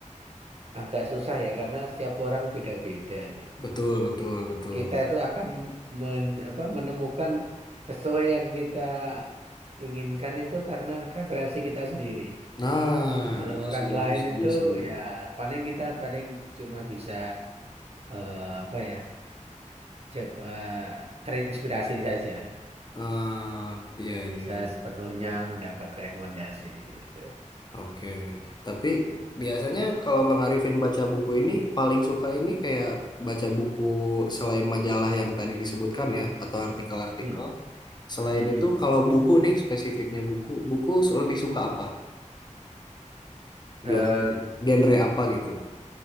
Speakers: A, on the right; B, on the left.
A: agak susah ya karena setiap orang beda-beda sih.
B: Betul, betul, betul.
A: Kita itu akan men, apa, menemukan sesuai yang kita inginkan itu karena preferensi kita sendiri.
B: Nah,
A: Kalau
B: iya
A: orang
B: sih
A: lain
B: aku setuju
A: itu
B: sih.
A: ya paling kita paling cuma bisa eh, apa ya coba terinspirasi saja.
B: Ah, iya,
A: Ya
B: iya,
A: bisa
B: iya.
A: sepenuhnya mendapat rekomendasi gitu.
B: Oke. Tapi biasanya kalau Bang Arifin baca buku ini paling suka ini kayak baca buku selain majalah yang tadi disebutkan ya atau artikel-artikel.
A: Hmm.
B: Selain
A: mm-mm.
B: itu kalau buku nih spesifiknya buku, buku lebih suka apa
A: Eh,
B: biasanya? Genre apa gitu?